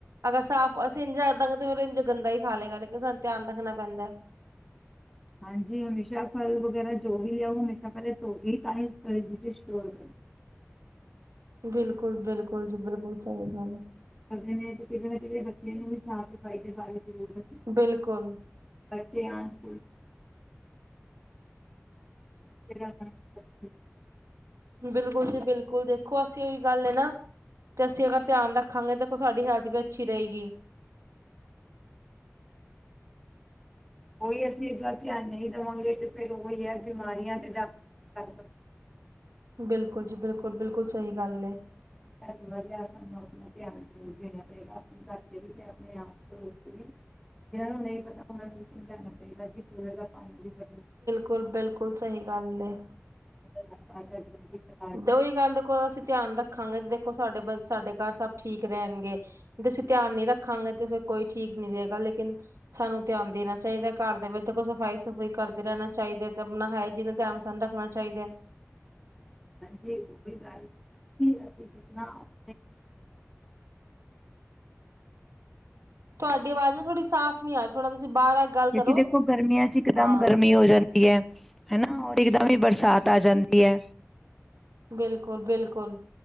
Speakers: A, on the right (about 85°); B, in the centre.
A: ਅਗਰ ਸਾਫ਼, ਅਸੀ ਇਂਝ ਇਦਾਂ ਰਖਦਾਗੇ, ਤੇ ਫਿਰ ਇੰਝ ਗੰਦਾ ਹੀ ਖਾ ਲਏਗਾ। ਲੇਕਿਨ ਸਾਨੂੰ ਧਿਆਨ ਰੱਖਣਾ ਪੈਂਦਾ
B: ਹਾਂਜੀ ਹਮੇਸ਼ਾ ਫਲ ਵਗੈਰਾ ਜੋ ਵੀ ਆ ਉਹ ਹਮੇਸ਼ਾ ਪੈਲੇ ਧੌਕੇ ਹੀ <unintelligible>
A: ਬਿਲਕੁਲ ਬਿਲਕੁਲ ਜੀ ਬਿਲਕੁਲ, ਸਹੀ ਗੱਲ ਹੈ।
B: ਕਰਦੇ ਨੇ ਤੇ ਕਿਸੇ ਨਾ ਕਿ ਸੇ ਦੇ ਬੱਚਿਆਂ ਨੂੰ ਵੀ ਸਾਫ਼ ਸਫ਼ਾਈ ਦੇ ਬਾਰੇ ਜ਼ਰੂਰਤ
A: ਬਿਲਕੁਲ।
B: ਬੱਚੇ ਆਮ <unintelligible> ਹ <inaudible>
A: ਬਿਲਕੁਲ ਜੀ ਬਿਲਕੁਲ, ਦੇਖੋ ਅਸੀਂ ਔਹੀ ਗੱਲ ਹੈ ਨਾ ਤੇ ਅਸੀਂ ਅਗਰ ਧਿਆਨ ਰੱਖਾਂਗੇ। ਦੇਖੋ ਸਾਡੀ ਹੈਲਥ ਵੀ ਅੱਛੀ ਰਹੇਗੀ।
B: ਔਹੀ ਅਸੀਂ ਇਦਾਂ ਧਿਆਨ ਨਹੀਂ ਦੇਵਾਂਗੇ, ਤੇ ਫੇਰ ਔਹੀ ਹੈ ਬਿਮਾਰੀਆਂ ਤੇ ਡਾਕ ਟਕ
A: ਬਿਲਕੁਲ ਜੀ ਬਿਲਕੁਲ, ਬਿਲਕੁਲ ਸਹੀ ਗੱਲ ਏ।
B: ਐਸ ਦਿਨਾ ਚ ਧਿਆਨ ਜ਼ਰੂਰ ਦੇਣਾ ਪਏਗਾ। ਆਪਣੇ ਘਰ ਵੀ ਆਪਣੇ ਆਪ ਦੋਸਤ ਵੀ ਇਹਨਾਂ ਨੂੰ ਨਹੀਂ ਪਤਾ ਹੌਨਾਂ ਨੂੰ ਸਮਝਣਾ ਪਏਗਾ <inaudible>
A: ਕੁਲ ਬਿਲਕੁਲ ਸਹੀ ਗੱਲ ਏ
B: <inaudible>
A: ਦੋਹੀ ਗੱਲ ਕੋ ਅਸੀਂ ਧਿਆਨ ਰੱਖਾਂਗੇ, ਦੇਖੋ ਸਾਡੇ ਬ ਸਾਡੇ ਘਰ ਸਭ ਠੀਕ ਰਹਿਣਗੇ। ਤੇ ਅਸੀਂ ਧਿਆਨ ਨਹੀਂ ਰੱਖਾਂਗੇ, ਤੇ ਫਿਰ ਕੋਈ ਠੀਕ ਨੀ ਰਹੇਗਾ, ਲੇਕਿਨ ਸਾਨੂੰ ਧਿਆਨ ਦੇਣਾ ਚਾਹੀਦਾ, ਘਰ ਦੇ ਵਿੱਚ ਦੇਖੋ ਸਫ਼ਾਈ ਸਫੂਈ ਕਰਦੇ ਰਹਿਣਾ ਚਾਹੀਦਾ ਐ, ਤੇ ਆਪਣਾ ਹਾਏ ਜੀਵਨ ਦਾ ਧਿਆਨ ਸਾਨੂੰ ਰੱਖਣਾ ਚਾਹੀਦਾ ਏ।
B: ਹਾਂਜੀ ਕੋਈ ਗੱਲ ਸੁਣਾ <unintelligible>
A: ਤੁਆਡੀ ਆਵਾਜ਼ ਨਾ ਥੋੜ੍ਹੀ ਸਾਫ਼ ਨੀ ਆਰੀ, ਥੋੜ੍ਹਾ ਤੁਸੀਂ ਬਾਹਰ ਆ ਗੱਲ ਕਰੋ
B: ਕਿਉਂਕਿ ਦੇਖੋ ਗਰਮੀਆਂ ਚ ਇਕਦਮ
A: ਹਾਂ
B: ਗਰਮੀ ਹੋ ਜਾਂਦੀ ਹੈ। ਹਨਾ, ਹੋਰ ਇਕਦਮ
A: ਜੀ
B: ਈ
A: ਜੀ
B: ਬਰਸਾਤ। ਤਾ ਆ ਜਾਂਦੀ ਹੈ।
A: ਬਿਲਕੁਲ- ਬਿਲਕੁਲ।